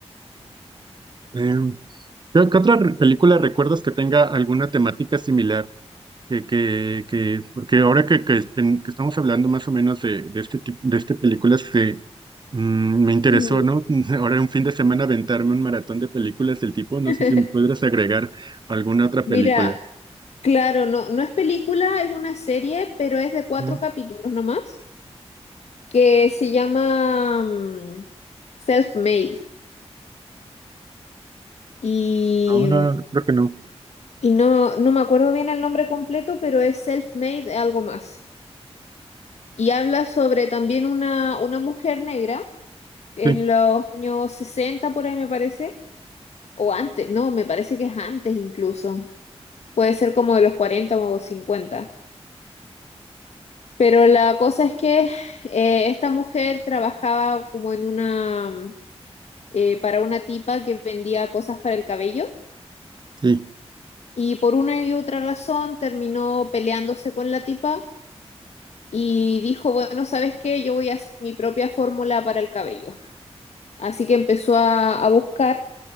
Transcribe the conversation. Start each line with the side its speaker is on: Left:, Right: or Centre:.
Right: Em, ¿qué, qué otra re- película recuerdas que tenga alguna temática similar? que, que, que- porque ahora que, que, esten- que estamos hablando más o menos de, de este tipo, de este películas, se, mm, me interesó,
Left: Mm.
Right: ¿no? <laughs> Ahora un fin de semana aventarme un maratón de películas del tipo, no
Left: <laughs>
Right: sé si me podrás agregar alguna otra
Left: Mira,
Right: película.
Left: claro, no, no es película, es una serie, pero es de cuatro
Right: Mm,
Left: capítulos nomás, que se llama mm, Self-Made. Y,
Right: No, no, no, creo que no.
Left: y no, no me acuerdo bien el nombre completo, pero es Self-Made algo más. Y habla sobre también una, una mujer negra en
Right: Sí,
Left: los años 60 por ahí me parece, o antes, no, me parece que es antes incluso. Puede ser como de los 40 o cincuenta Pero la cosa es que eh, esta mujer trabajaba como en una, eh, para una tipa que vendía cosas para el cabello
Right: sí.
Left: y por una y otra razón terminó peleándose con la tipa y dijo, bueno, ¿sabes qué? Yo voy a hacer mi propia fórmula para el cabello. Así que empezó a, a buscar,